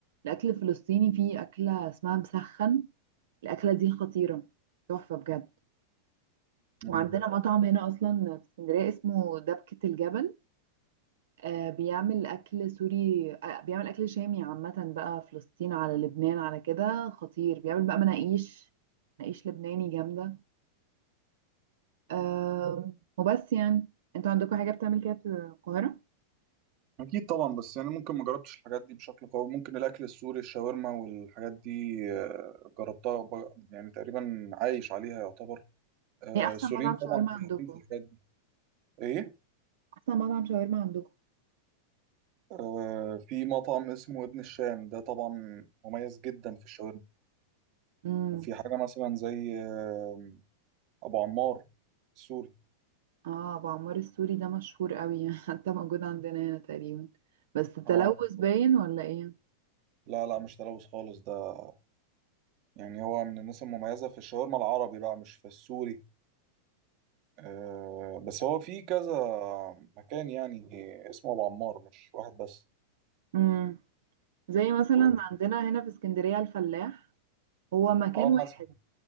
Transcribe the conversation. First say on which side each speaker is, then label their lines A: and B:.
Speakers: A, on the right; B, on the right.
A: الاكل الفلسطيني فيه اكله اسمها مسخن الاكله دي خطيره تحفه بجد
B: مم.
A: وعندنا مطعم هنا اصلا في اسكندريه اسمه دبكه الجبل آه بيعمل اكل سوري آه بيعمل اكل شامي عامه بقى فلسطين على لبنان على كده خطير بيعمل بقى مناقيش مناقيش لبناني جامده أه وبس يعني انتوا عندكم حاجة بتعمل كده في القاهرة
B: اكيد طبعا بس يعني ممكن ما جربتش الحاجات دي بشكل قوي ممكن الاكل السوري الشاورما والحاجات دي آه، جربتها وب- يعني تقريبا عايش عليها يعتبر آه،
A: ايه احسن
B: السوريين
A: مطعم
B: طبعا
A: شاورما
B: مميزين
A: عندكم
B: في الحاجات دي ايه
A: احسن مطعم شاورما عندكم
B: آه، في مطعم اسمه ابن الشام ده طبعا مميز جدا في الشاورما
A: امم
B: وفي حاجه مثلا زي آه، ابو عمار السوري
A: اه ابو عمار السوري ده مشهور قوي <laughs> حتى موجود عندنا هنا تقريبا بس التلوث
B: اه
A: باين ولا ايه
B: لا لا مش تلوث خالص ده يعني هو من الناس المميزه في الشاورما العربي بقى مش في السوري آه، بس هو في كذا مكان يعني اسمه ابو عمار مش واحد بس
A: امم زي مثلا
B: و-
A: عندنا هنا في اسكندرية الفلاح هو مكان
B: اه
A: واحد
B: مثلا